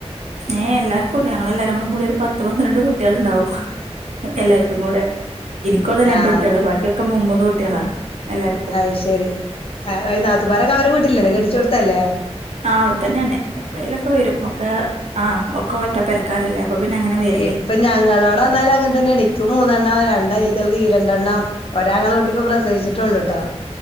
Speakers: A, on the right; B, on the left.
A: ഏ എല്ലാർക്കുണ്ട് ഞങ്ങളെല്ലാരും കൂടി ഒരു പത്ത് പന്ത്രണ്ട് കുട്ടികൾ ഉണ്ടാവും എല്ലാവർക്കും കൂടെ എനിക്കുള്ള രണ്ട്
B: ആഹ്
A: കുട്ടികള് ബാക്കിയൊക്കെ മുമൂന്ന് കുട്ടികളാ എല്ലാർക്കും
B: അത് ശരി നാത്തുൻമാരക്കെ അവരെ വീട്ടില്ലല്ലോ കെട്ടിച്ച് ടുത്തല്ലേ
A: അ അവിടെ തന്നെ യാണ്എപ്പോഴേലൊക്കെ വരും ഒക്കെ ആ ഒക്കെ ഒറ്റ പരക്കാരല്ലേ അപ്പൊ പിന്നെ അങ്ങനെ വരും
B: ഇപ്പ ഞങ്ങളോടെ വന്നാലും അങ്ങനെ തന്നെണ്. ഇക്ക് മൂന്നെണ്ണം രണ്ട് അനിയത്തിയാൾക്കും ഈ രണ്ടെണ്ണം ഒരാങ്ങള കുട്ടി പ്പൊ പ്രസവിച്ചിട്ട് ഉള്ളൂട്ടോ